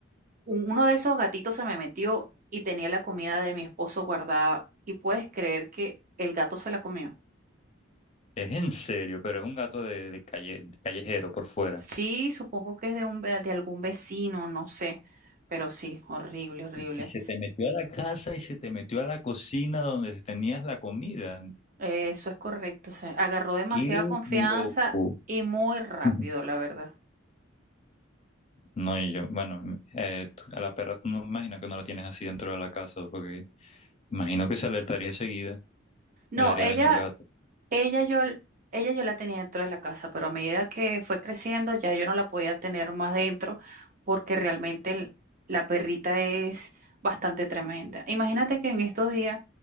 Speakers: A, on the right; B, on the left.
A: un- uno de esos gatitos se me metió y tenía la comida de mi esposo guardada y puedes creer que el gato se la comió.
B: Es en serio, pero es un gato de, de calle, callejero por fuera.
A: Sí, supongo que es de un, ve- de algún vecino, no sé, pero sí, horrible, horrible.
B: Y se te metió a la casa y se te metió a la cocina donde tenías la comida.
A: Eso es correcto, Se agarró demasiada
B: ¡Qué
A: confianza
B: loco!
A: y muy rápido,
B: <laughs>
A: la verdad.
B: No, y yo, bueno, eh, tú- a la perra tú no me imagino que no la tienes así dentro de la casa, porque imagino que se alertaría enseguida
A: No,
B: o le haría
A: ella
B: daño al gato.
A: Ella yo, ella yo la tenía dentro de la casa, pero a medida que fue creciendo ya yo no la podía tener más dentro porque realmente el- la perrita es bastante tremenda. Imagínate que en estos días